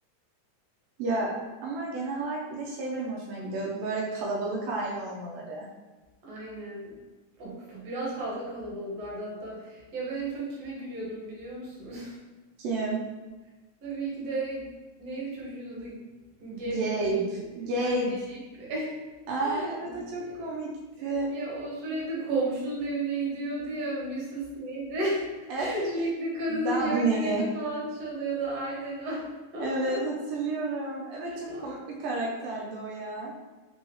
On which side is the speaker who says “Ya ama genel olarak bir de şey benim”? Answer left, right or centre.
Right